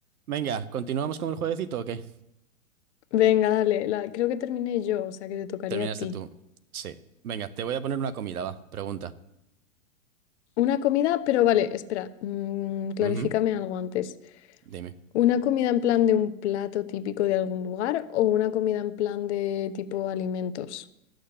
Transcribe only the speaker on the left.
Venga, dale, la, creo que terminé yo, o sea que te tocaría
a ti.
Una comida, pero vale, espera, mm, clarifícame
algo antes.
¿Una comida en plan de un plato típico de algún lugar o una comida en plan de tipo alimentos?